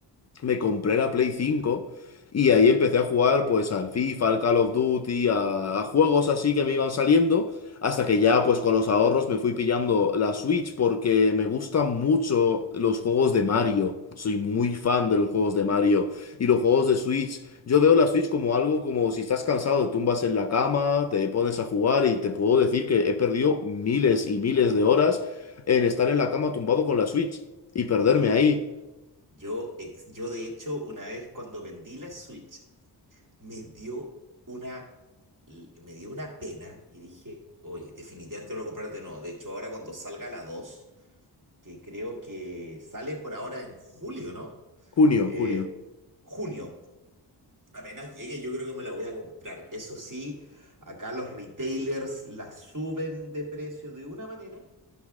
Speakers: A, on the left; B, on the right.
A: me compré la Play cinco y ahí empecé a jugar pues al FIFA, al Call of Duty, a, a juegos así que me iban saliendo, hasta que ya pues con los ahorros me fui pillando la Switch porque me gustan mucho los juegos de Mario. Soy muy fan de los juegos de Mario y los juegos de Switch. Yo veo la Switch como algo como si estás cansado, te tumbas en la cama, te pones a jugar y te puedo decir que he perdido miles y miles de horas en estar en la cama tumbado con la Switch y perderme
B: Oye,
A: ahí.
B: yo, ex- yo de hecho una vez cuando vendí la Switch, me dio una, me dio una pena y dije, oye, definitivamente no lo voy a comprar de nuevo. De hecho, ahora cuando salga la dos que creo que sale por ahora en julio, ¿no?
A: Junio,
B: Eh,
A: junio.
B: junio. Apenas llegue, yo creo que me la voy a comprar. Eso sí, acá los retailers la suben de precio de una manera,